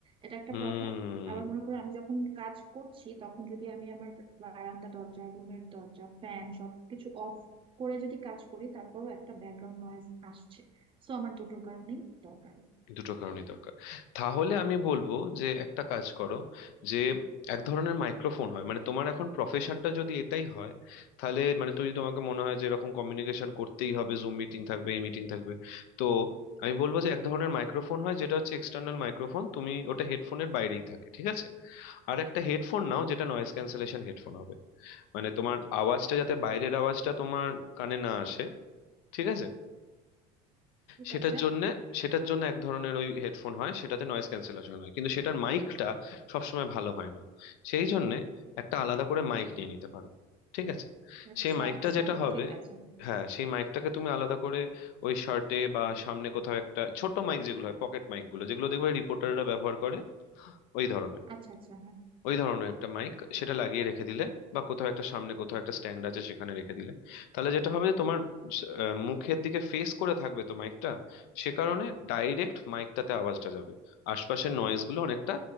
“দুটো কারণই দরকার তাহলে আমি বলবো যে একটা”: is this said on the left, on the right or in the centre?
Left